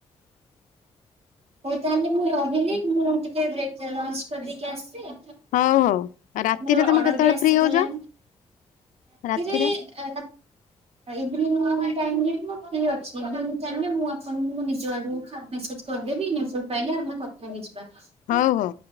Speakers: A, on the right (about 50°); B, on the left (about 75°).
A: ହଉ ତାହେଲେ ମୁଁ ରହିଲି ମୁଁ ଟିକେବ୍ରେକେଟା ଲଞ୍ଚ କରିଦେଇକି ଆସେ। ହଁ
B: ହଉ ହଉ ରାତିରେ
A: ତମରଅର୍ଡର
B: ତମେ କେତେବେଳେ
A: ବି ଆସିଗଲାଣି।
B: ଫ୍ରି ହଉଛ
A: ରାତିରେହାଲା।
B: ରାତିରେ
A: ଇଭିନିଙ୍ଗ୍ ଟାଇମ୍ ରେ ମୁଁଫ୍ରି ଅଛି ଇଭିନିଙ୍ଗ୍ ଟାଇମ୍ ମୁଁ ଆପଣଙ୍କୁମୋ ନିଜ ଆଡୁ ମେସେଜ କର ଦେବି ନିଯପାଇଁ ଆମେ କଥା ହେଇଯିବା।
B: ହଉ ହଉ।